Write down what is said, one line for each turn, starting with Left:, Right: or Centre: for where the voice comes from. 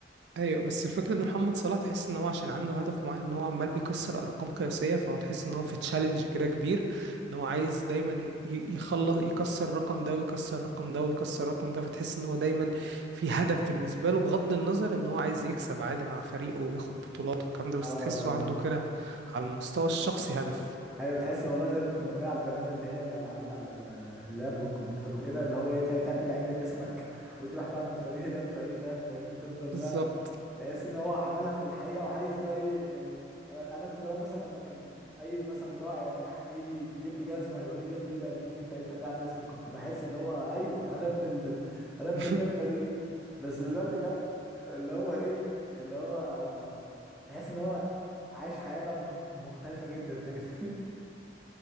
Right: ايوه بس الفكره ان محمد صلاح تحس ان هو عشان عنده هدف معين ان هو عمال بيكسر ارقام قياسيه فهو تحس ان هو في تشالنج كده كبير ان هو عايز دايما ي- ي- يخلص يكسر الرقم ده ويكسر الرقم ده ويكسر الرقم ده فتحس ان هو دايما في هدف بالنسبه له بغض النظر ان هو عايز يكسب عادي مع فريقه وياخد بطولات والكلام ده بس
Centre: اه
Right: تحسه
Centre: والله
Right: عنده كده على المستوى الشخصي هدف
Centre: ايوه تحس والله زي ما كنا بنلعب زمان اللي هي الالعاب اللي على ال- اللاب والكمبيوتر وكده اللي هو ايه تع- تعمل لعيب باسمك <laughs> وتروح بقى من فريق ده لفريق ده فاهمني وتفضل
Right: بالظبط
Centre: بقى تحس ان هو عملها في الحقيقه وعايز بقى ايه إيه، انا كنت زمان مثلا لما كان اي مثلا راعي ولا اي حاجه يجي يجيب لي جزمه يقول لي الجزمه دي بقت ليك انت انت بتلعب باسمك كنت بحس اللي هو ايوه انا ابن ال... انا
Right: <laughs>
Centre: ابن الجزمه دي بس دلوقتي بقى <laughs> اللي هو ايه اللي هو تحس ان هو عايش حياه بقى مخ- مختلفه جدا فاهمني